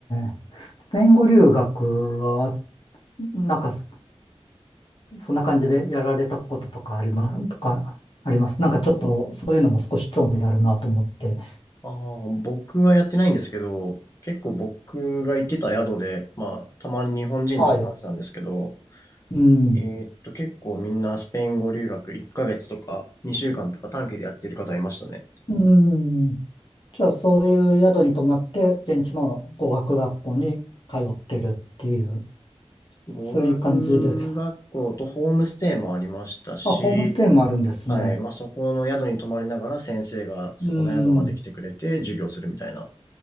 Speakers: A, on the left; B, on the left.
A: えスペイン語留学は、なんかそそんな感じでやられたこととかあります、とかあります。なんかちょっとそういうのも少し興味あるなと思って。
B: ああ、僕はやってないんですけど、結構僕が行ってた宿で、まあ、たまに日本人の人と会ってたんですけど、
A: はい。うん。
B: えーっと、結構みんなスペイン語留学1ヶ月とか2週間とか短期でやってる方いましたね。
A: うん。じゃあ、そういう宿に泊まって、現地の語学学校に通ってるっていう、
B: 語学学校とホームステイもありましたし、
A: そういう感じです。あ、ホームステイもあるんですね。
B: はい、まあそこの宿に泊まりながら先生がそこの宿まで来てくれて授業するみたいな
A: うーん、